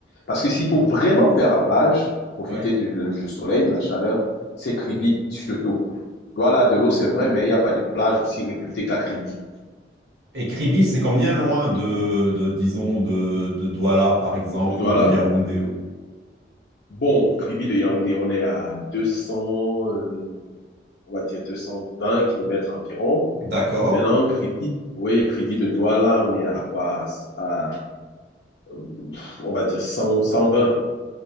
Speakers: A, on the left (about 60°); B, on the right (about 65°).
A: Parce que s'il faut vraiment faire la plage, profiter
B: Oui.
A: du, du soleil, de la chaleur, c'est Kribi surtout. Douala, de l'eau, c'est vrai, mais il n'y a pas de plage aussi réputée qu'à Kribi.
B: Et Kribi, c'est combien loin
A: Voilà.
B: de, de disons, de, de Douala, par exemple,
A: De Douala,
B: ou de Yaoundé? ou-
A: Bon, Kribi de Yaoundé, on est à 200, euh, on va dire 220 kilomètres environ.
B: D'accord.
A: Maintenant, Kribi, oui, Kribi de Douala, on est à quoi? À, euh, on va dire 100, 120,